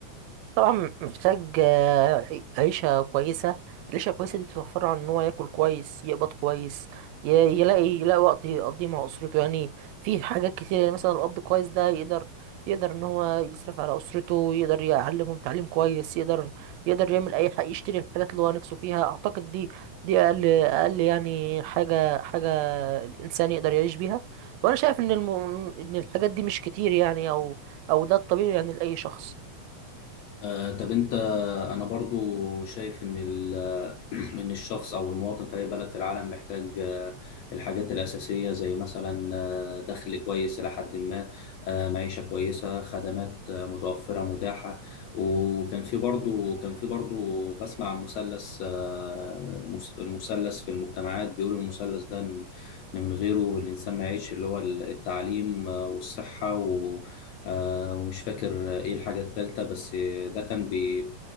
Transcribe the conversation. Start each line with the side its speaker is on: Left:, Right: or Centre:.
Right: طبعا محتاج آه، عي- عيشة كويسة العيشة الكويسة دي بتوفر له عن إن هو ياكل كويس يقبض كويس ي- يلاقي يلاقي وقت يقضيه مع أسرته يعني في حاجات كتير يعني مثلا الأب كويس ده يقدر يقدر إن هو يصرف على أسرته يقدر يعلمهم تعليم كويس يقدر يقدر يعمل أي حاجة يشتري الحاجات اللي هو نفسه فيها أعتقد دي دي أقل أقل يعني حاجة حاجة الإنسان يقدر يعيش بيها وأنا شايف إن الم... إن الحاجات دي مش كتير يعني أو أو ده الطبيعي يعني لأي شخص
Left: آه، طب انت انا برضو شايف ان ال... <clears throat> ان الشخص او المواطن في اي بلد في العالم محتاج آه، الحاجات الاساسيه زي مثلا آه، دخل كويس الى حد ما آه، معيشه كويسه خدمات آه، متوفره متاحه وكان في برضو كان في برضو بسمع عن مثلث آه، مس- المثلث في المجتمعات بيقولوا المثلث ده ان إن من غيره الانسان ما يعيش اللي هو التعليم آه، والصحه و آه، ومش فاكر ايه الحاجه الثالثه بس ده كان بي